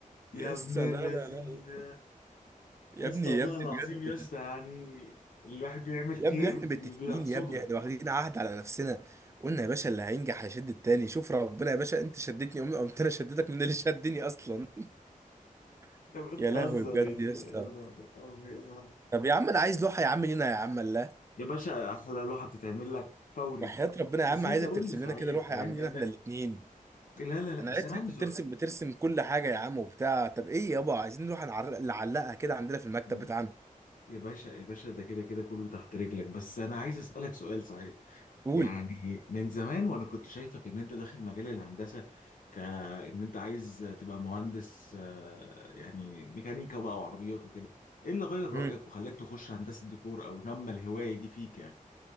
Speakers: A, on the left; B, on the right.
A: يا
B: يا
A: ابن
B: اسطى
A: اللذين
B: لا لا لا يا
A: يا اسطى
B: ابني
A: والله
B: يا ابني
A: العظيم
B: بجد
A: يا اسطى يعني الواحد بيعمل
B: يا
A: خير
B: ابني احنا
A: بي-
B: متفقين
A: بيحصده
B: يا ابني احنا واخدين
A: <laughs>
B: عهد على نفسنا قلنا يا باشا اللي هينجح هيشد التاني شوف ربنا يا باشا انت شدتني قمت قمت انا شدتك من اللي شدني اصلا <laughs>
A: بتهزر
B: يا لهوي بجد
A: يا اسطى
B: يا اسطى
A: يا نهار أبيض.
B: طب يا عم انا عايز لوحه يا عم لينا يا عم الله
A: يا باشا احلى لوحه بتتعمل لك فوري
B: وحياة ربنا يا
A: بس
B: عم
A: انت
B: عايزك
A: قول
B: ترسم
A: لي صحيح
B: لنا كده لوحه
A: يعني
B: يا عم لينا
A: انا
B: احنا الاثنين
A: لا لا لا
B: انا
A: بس
B: عرفت
A: انا عندي
B: إن انت
A: سؤال
B: بترسم بترسم كل حاجه يا عم وبتاع طب ايه يابا عايزين نروح نعر- نعلقها كده عندنا في المكتب
A: ي-
B: بتاعنا
A: يا باشا يا باشا ده كده كده كله تحت رجلك بس انا عايز اسالك سؤال صحيح
B: قول
A: يعني من زمان وانا كنت شايفك ان انت داخل مجال الهندسه كان انت عايز تبقى مهندس آه، يعني ميكانيكا بقى وعربيات وكده ايه اللي غير رايك
B: امم
A: وخلاك تخش هندسه ديكور او نمى الهوايه دي فيك يعني